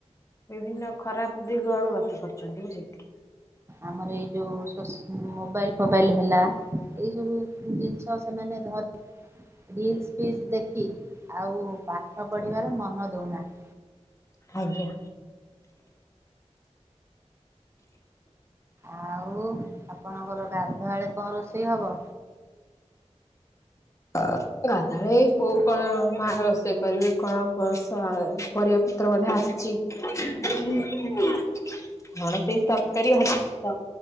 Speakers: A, on the left; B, on the right.
A: ବିଭିନ୍ନ ଖରାପ ଦିଗ ଆଡକୁ ଗତି କରିଛନ୍ତି ବୁଝିିଲେ କି?
B: ଆମର ଏଇ ଯୋଉ ସୋସ୍ ମୋବାଇଲ୍ ଫୋବାଇଲ୍ ହେଲା ଏଇ ସବୁ ଜିନିଷ ସେମାନେ ଧରି ରିଲସ୍ ଫିଲ୍ସ ଦେଖି ଆଉ ପାଠ ପଢିବାର ମନ ଦଉନାହା
A: ଆଜ୍ଞା।
B: ଆଉ ଆପଣଙ୍କର ଗାଧୁଆ ବେଳେ କଣ ରୋଷେଇ ହବ?
A: ଗାଧୁଆବେଳେ ଏଇ ବୋଉ କଣ ମା ରୋଷେଇ କରିବେ କଣ ପସ ହାଏ ପରିବା ପତ୍ର ବୋଧେ ଆସିଛି। କଣ ସେ ତରକାରୀ ହବ